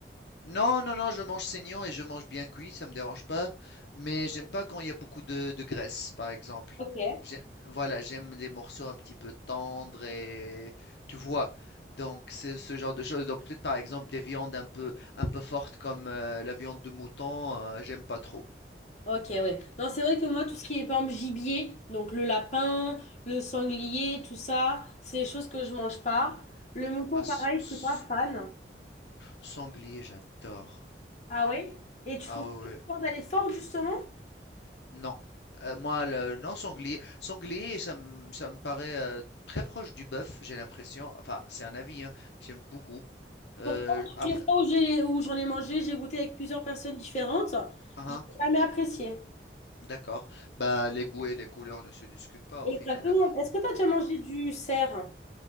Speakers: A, on the left; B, on the left.
A: Non, non, non, je mange saignant et je mange bien cuit, ça me dérange pas. Mais j'aime pas quand il y a beaucoup de, de graisse, par exemple.
B: Ok.
A: J'ai- voilà, j'aime les morceaux un petit peu tendres et tu vois. Donc c'est ce genre de choses. Donc peut-être par exemple des viandes un peu un peu fortes comme euh, la viande de mouton, euh, j'aime pas trop.
B: Ok, ouais. Non, c'est vrai que moi, tout ce qui est, par exemple, gibier, donc le lapin, le sanglier, tout ça, c'est des choses que je mange pas. Le mouton,
A: Ah, s-
B: pareil,
A: s-
B: je suis pas fan.
A: sanglier, j'adore.
B: Ah ouais? Et tu
A: Ah
B: trouves
A: ouais,
B: que la
A: ouais.
B: viande, elle est forte, justement?
A: Non. Euh, moi, le, non, sanglier. Sanglier, ça me, ça me paraît euh, très proche du bœuf, j'ai l'impression. Enfin, c'est un avis, hein. J'aime beaucoup. Euh,
B: Pourtant, toutes
A: après,
B: les fois où j'ai, où j'en ai mangé, j'ai goûté avec plusieurs personnes différentes.
A: hein,
B: J'ai
A: hein,
B: jamais apprécié.
A: d'accord. Bah, les goûts et les couleurs ne se discutent pas
B: Exactement.
A: au final. hein.
B: Est-ce que tu as déjà mangé
A: Ah,
B: du cerf?